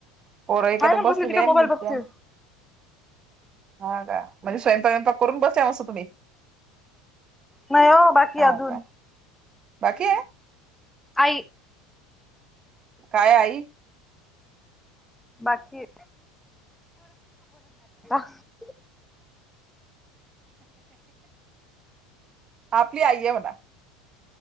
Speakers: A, on the right (about 35°); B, in the centre.
A: पोरं एखादा
B: काय ना
A: बसलेले
B: बसली ती काय
A: आहे
B: मोबाईल
A: मी त्या
B: बघते
A: हा का म्हंजे स्वयंपाक वयंपाक करून बसल्या मस्त तुम्ही
B: नाही हो बाकीय
A: हा
B: अजून
A: का बाकी आहे?
B: आई.
A: काय आई?
B: बाकीय <unintelligible>
A: आपली आई आहे म्हणा.